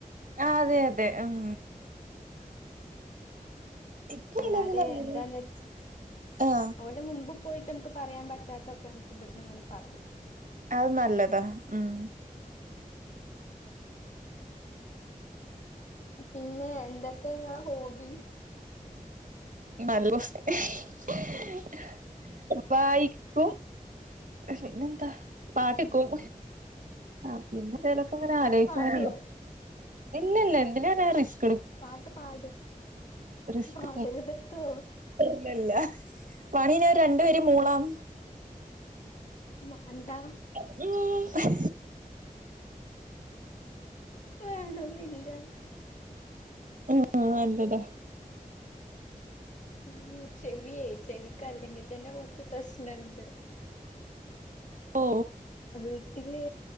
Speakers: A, on the right (about 65°); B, on the left (about 55°).
A: ആ അതെ അതെ ഉം ഇപ്പ
B: അല്ലാതെ
A: നിലവിൽ അങ്ങനെ
B: എന്താന്ന്
A: ആ
B: ഒടെ മുമ്പു പോയിട്ട് നമുക്ക് പറയാൻ പറ്റാത്തൊക്കെ നമുക്ക് ഇവിടുന്ന് ഇങ്ങെന പറയാം
A: അത് നല്ലതാ ഉം
B: പിന്നെ എന്തൊക്കെ നിങ്ങളെ ഹോബി
A: നല്ല <unintelligible> വായിക്കും പിന്നെന്താ പാട്ട്ക്കും
B: ആഹ്
A: ആ പിന്നെ എന്തേലൊക്കെ
B: ആഹ്
A: ഇങ്ങനെ
B: പാട്ട്
A: ആലോചിച്ചിങ്ങ
B: പാടുവോ
A: ഇല്ല ഇല്ല എന്തിന ആ റിസ്
B: പാട്ട് പാടും
A: റിസ്ക്
B: പാടരുതട്ടോ
A: ഇല്ലല്ല വണിനി രണ്ടുവരി മൂളാം
B: മാണ്ടാ
A: <inaudible>
B: വേണോന്നില്ല
A: ആ നല്ലതാ
B: ഉ ചെവിയേ ചെവിക്ക് അല്ലെങ്കിൽ തന്നെ കൊറച്ച് പ്രശ്നുണ്ട്
A: ഓ
B: വീട്ടില്